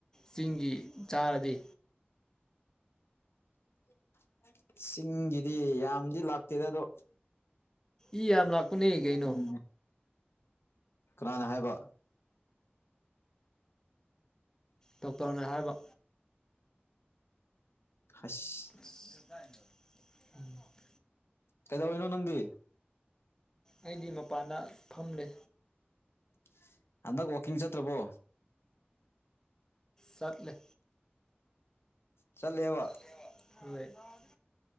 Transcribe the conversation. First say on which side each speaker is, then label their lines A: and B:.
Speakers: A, on the left; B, on the left.
A: ꯆꯤꯡꯒꯤ ꯆꯥꯔꯗꯤ
B: <inaudible> ꯆꯤꯡꯒꯤꯗꯤ ꯌꯥꯝꯗꯤ ꯂꯥꯛꯇꯦꯗ ꯑꯗꯣ
A: ꯏ ꯌꯥꯝ ꯂꯥꯛꯄꯅꯦ ꯀꯩꯅꯣ
B: ꯎꯝ ꯀꯅꯥꯅ ꯍꯥꯏꯕ
A: ꯗꯣꯛꯇꯔꯅ ꯍꯥꯏꯕ
B: ꯍꯁ
A: <unintelligible> <unintelligible>
B: ꯀꯩꯗꯧꯔꯤꯅꯣ ꯅꯪꯗꯤ
A: ꯑꯩꯗꯤ ꯃꯄꯥꯟꯗ ꯐꯝꯂꯤ
B: <unintelligible> ꯍꯟꯗꯛ ꯋꯥꯛꯀꯤꯡ ꯆꯠꯇ꯭ꯔꯕꯣ
A: ꯆꯠꯂꯦ
B: ꯆꯠꯂꯦꯕ
A: <unintelligible>